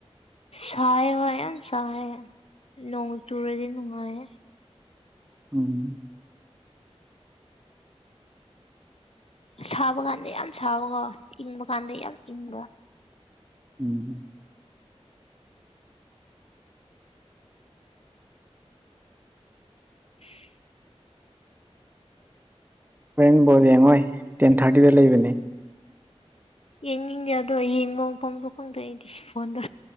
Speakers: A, on the left; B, on the right.
A: ꯁꯥꯏꯌꯦ ꯍꯣꯏ ꯌꯥꯝ ꯁꯥꯏꯌꯦ ꯅꯣꯡ ꯆꯨꯔꯗꯤ ꯅꯨꯡꯉꯥꯏ
B: ꯎꯝ
A: ꯁꯥꯕ ꯀꯥꯟꯗ ꯌꯥꯝ ꯁꯥꯕꯀꯣ ꯏꯪꯕ ꯀꯥꯟꯗ ꯌꯥꯝ ꯏꯪꯕ
B: ꯎꯝ
A: <inaudible>
B: ꯍꯣꯔꯦꯟ ꯕꯣꯜ ꯌꯦꯡꯉꯣꯏ ꯇꯦꯟ ꯊꯥꯔꯇꯤꯗ ꯂꯩꯕꯅꯦ
A: ꯌꯦꯡꯅꯤꯡꯉꯦ ꯑꯗꯣ ꯌꯦꯡꯕ ꯃꯐꯃꯁꯨ ꯈꯪꯗꯦ ꯑꯩꯗꯤ ꯐꯣꯟꯗ